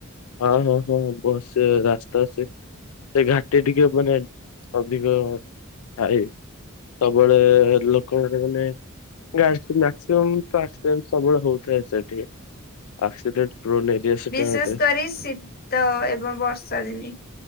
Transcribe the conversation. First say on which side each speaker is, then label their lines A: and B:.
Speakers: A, on the left (about 80°); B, on the left (about 45°).
A: ହଁ ହଁ ହଁ ବସେ ରାସ୍ତା ସେ ସେ ଘାଟି ଟିକେ ମାନେ ଅଧିକ ଥାଏ। ସବୁବେଳେ ଲୋକମାନେ <unintelligible> ମ୍ୟାକ୍ସିମମ୍ ଫାଷ୍ଟ ଟାଇମ୍ ସବୁବେଳେ ହଉଥାଏ ସେଠି। ଆକ୍ସିଡେଣ୍ଟ। <unintelligible>
B: ବିଶେଷ
A: ଗୋଟେ
B: କରି ଶୀତ ଏବଂ ବର୍ଷା ଦିନେ।